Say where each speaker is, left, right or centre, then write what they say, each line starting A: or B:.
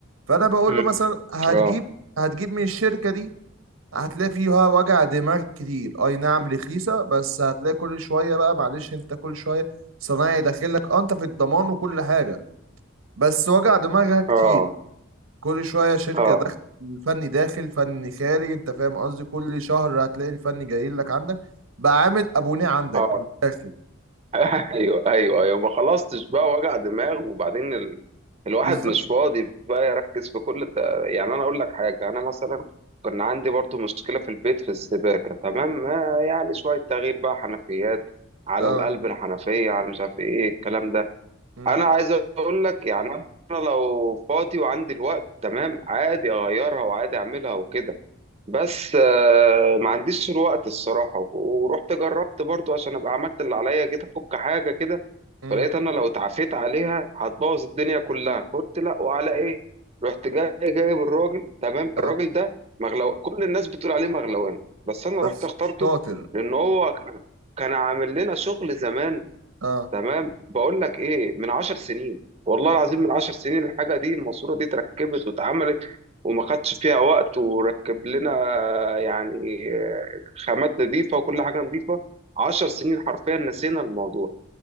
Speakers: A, on the right; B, on the right.
A: فانا بقول
B: امم
A: له مثلا هتجيب
B: اه
A: هتجيب من الشركة دي هتلاقي فيها وجع دماغ كتير اي نعم رخيصة بس هتلاقي كل شوية بقى معلش انت كل شوية صنايعي داخل لك اه انت في الضمان وكل حاجة بس وجع دماغها كتير
B: اه
A: كل شوية شركة
B: اه
A: داخل فني داخل فني خارج انت فاهم قصدي كل شهر هتلاقي الفني جاي لك عندك بقى عامل ابونيه عندك
B: اه
A: من الاخر
B: <laughs> ايوه ايوه ايوه ما خلصتش بقى وجع دماغ وبعدين ال... الواحد
A: بالظبط
B: مش فاضي بقى يركز في كل ت... يعني انا اقول لك حاجه انا مثلا كان عندي برضو مشكله في البيت في السباكه تمام ما يعني شويه تغيير بقى حنفيات على
A: اه
B: القلب الحنفيه على مش عارف ايه الكلام ده
A: مم.
B: انا عايز اقول لك يعني انا لو فاضي وعندي الوقت تمام عادي اغيرها وعادي اعملها وكده بس آه، ما عنديش الوقت الصراحة ورحت جربت برضو عشان أبقى عملت اللي عليا جيت أفك حاجة كده
A: مم.
B: فلقيت أنا لو اتعافيت عليها هتبوظ الدنيا كلها فقلت لا وعلى إيه رحت جاي جايب الراجل تمام
A: اه
B: الراجل ده مغلو كل الناس بتقول عليه مغلوان بس أنا
A: بس
B: رحت اخترته
A: شاطر
B: لأن هو كان عامل لنا شغل زمان
A: اه
B: تمام بقول لك ايه من عشر سنين والله العظيم من عشر سنين الحاجه دي الماسوره دي اتركبت واتعملت وما خدش فيها وقت وركب لنا آه، يعني آه، خامات نظيفه وكل حاجه نظيفه عشر سنين حرفيا نسينا الموضوع